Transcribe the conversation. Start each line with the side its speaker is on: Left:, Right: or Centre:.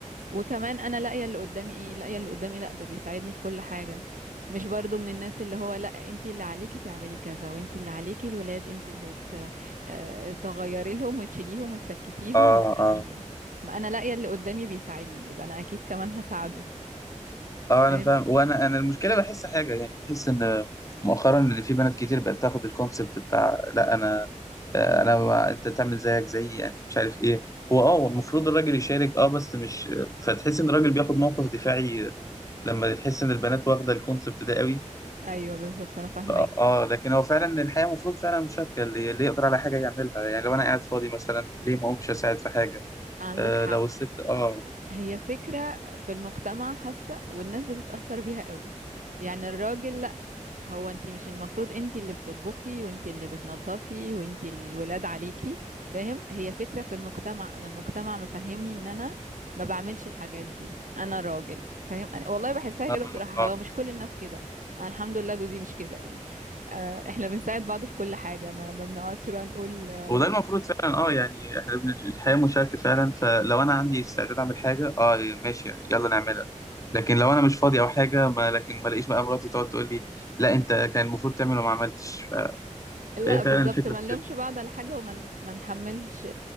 Right: وكمان انا لاقيه اللي قدامي ايه لاقيه اللي قدامي لا ده بيساعدني في كل حاجه مش برضو من الناس اللي هو لا انتي اللي عليكي تعملي كذا وانتي اللي عليكي الولاد انتي اللي ت- آه، تغيري لهم وتشيليهم وتسكتيهم
Left: اه
Right: والكلام
Left: آه
Right: ده ما انا لاقيه اللي قدامي بيساعدني يبقى انا اكيد كمان هساعده
Left: اه انا
Right: فاهم
Left: فاهم وانا انا المشكله بحس حاجه يعني بحس ان مؤخرا ان في بنات كتير بقت تاخد الكونسبت بتاع لا انا آه، انا و- انت تعمل زيك زيي انت مش عارف ايه هو اه هو المفروض الراجل يشارك اه بس مش فتحس ان الراجل بياخد موقف دفاعي لما تحس ان البنات واخده الكونسبت ده قوي
Right: ايوه بالظبط انا فاهماك
Left: اه آه، لكن هو فعلا الحياه المفروض فعلا مشاركه اللي اللي يقدر على حاجه يعملها يعني لو انا قاعد فاضي مثلا ليه ما اقومش اساعد في حاجه
Right: عندك
Left: آه
Right: حق
Left: لو الست اه
Right: هي فكره في المجتمع حاسه والناس بتتاثر بيها قوي يعني الراجل هو انتي مش المفروض انتي اللي بتطبخي وانتي اللي بتنظفي وانتي الولاد عليكي فاهم هي فكرة في المجتمع انا المجتمع مفهمني ان انا ما بعملش الحاجات دي انا راجل فاهم أنا والله بحسها
Left: اه
Right: كده بصراحة
Left: آه.
Right: هو مش كل الناس كده انا الحمد لله جوزي مش كده يعني آه، احنا بنساعد بعض في كل حاجة ما ما بنقعدش بقى نقول آه،
Left: وده
Right: لا
Left: المفروض فعلا اه يعني احنا بن- الحياة مشاركة فعلا فلو انا عندي استعداد اعمل حاجة اه ماشي يلا نعملها لكن لو انا مش فاضي او حاجة ما لكن ما الاقيش بقى مراتي تقعد تقول لي لا انت كان المفروض تعمل وما عملتش ف...
Right: لا
Left: فهي فعلا
Right: بالظبط
Left: الفكرة
Right: ما
Left: في
Right: نلومش
Left: كده
Right: بعض على حاجة وما ن- ما نحملش